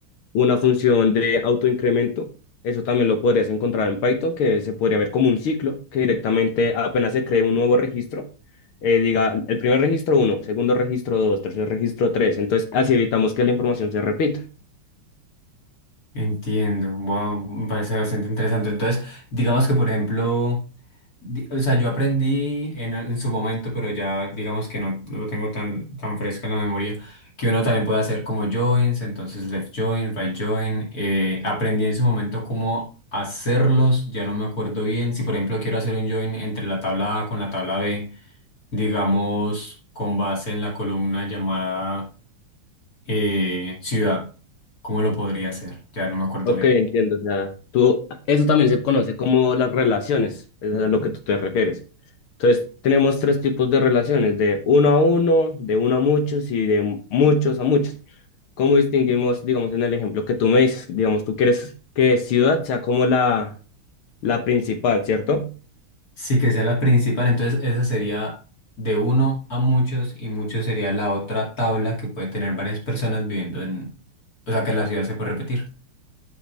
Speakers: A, on the left (about 75°); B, on the left (about 45°).
A: una función de autoincremento. Eso también lo podrías encontrar en Python, que se podría ver como un ciclo, que directamente apenas se cree un nuevo registro, eh, diga el primer registro uno segundo registro dos tercer registro tres Entonces, así evitamos que la información se repita.
B: Entiendo, wow, me parece bastante interesante. Entonces, digamos que, por ejemplo, di- o sea, yo aprendí en, en su momento, pero ya digamos que no lo tengo tan, tan fresco en la memoria, que uno también puede hacer como joins, entonces left join, right join. eh, aprendí en su momento cómo hacerlos, ya no me acuerdo bien. Si, por ejemplo, quiero hacer un join entre la tabla A con la tabla B, digamos, con base en la columna llamada eh, ciudad, ¿cómo lo podría hacer? Ya no me acuerdo
A: Ok,
B: bien.
A: entiendo. O sea, tú, eso también se conoce como las relaciones, es a lo que tú te refieres. Entonces, tenemos tres tipos de relaciones, de uno a uno, de uno a muchos y de muchos a muchos. ¿Cómo distinguimos, digamos, en el ejemplo que tú me dices, digamos, tú quieres que ciudad sea como la, la principal, ¿cierto?
B: Sí, que sea la principal, entonces esa sería de uno a muchos y muchos sería la otra tabla que puede tener varias personas viviendo en, o sea, que la ciudad se puede repetir.